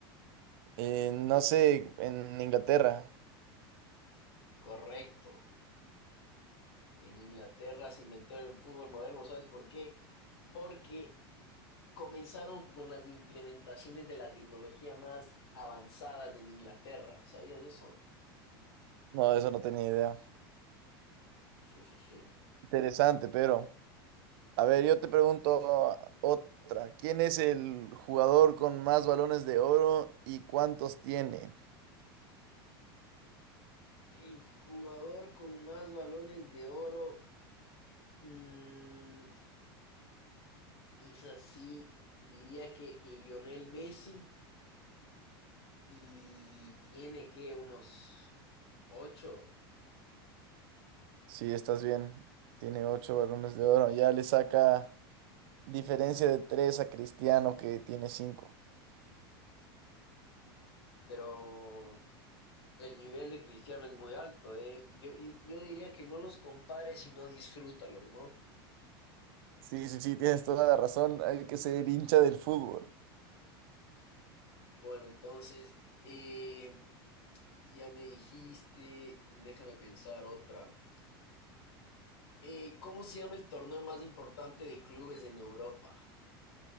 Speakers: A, on the right; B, on the left.
A: Eh, no sé, en Inglaterra.
B: Correcto. En Inglaterra se inventó el fútbol moderno, ¿sabes por qué? Porque Comenzaron con las implementaciones de la tecnología más avanzadas en Inglaterra, ¿sabías de eso?
A: No, eso no tenía idea.
B: Sí, sí, sí.
A: Interesante, pero a ver, yo te pregunto otra. ¿Quién es el jugador con más balones de oro y cuántos tiene?
B: El jugador con más balones de oro, mm, es así, diría que Lionel Messi y tiene que unos ocho,
A: Sí, estás bien. Tiene ocho balones de oro. Ya le saca diferencia de tres a Cristiano que tiene cinco.
B: pero el nivel de Cristiano es muy alto, ¿eh? Yo, y- yo diría que no los compares y no disfrútalos, ¿no?
A: Sí, sí, sí, tienes toda la razón. Hay que ser hincha del fútbol.
B: Bueno, entonces, eh, Ya me dijiste, déjame pensar otra. Eh, ¿cómo se llama el torneo más importante de clubes en Europa?